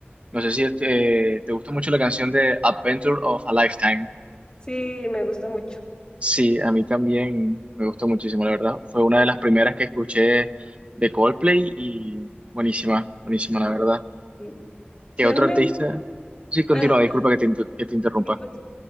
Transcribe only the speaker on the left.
Sí, me gusta mucho.
Sí,
Sí,
a mí me
gusta,
ah,
sí, pues,